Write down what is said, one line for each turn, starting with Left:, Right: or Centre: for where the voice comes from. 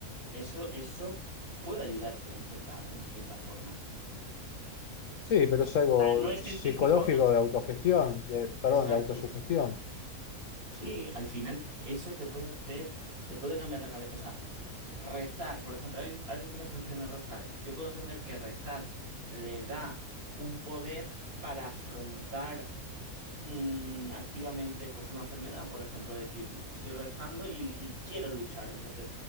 Right: eso, eso puede ayudarte en cierta, en cierta forma.
Left: Sí, pero es algo
Right: No es
Left: psicológico
Right: científico, no es... cien-
Left: de autogestión, de, perdón,
Right: Exacto.
Left: de autosugestión.
Right: Sí, al final eso te puede hacer, te puede cambiar la cabeza. O sea, rezar, por ejemplo, hay alguien a alguien que le funciona rezar. Yo puedo entender que rezar le da un poder para afrontar mm, activamente pues una enfermedad, por ejemplo, decir, estoy rezando y, y quiero luchar, entonces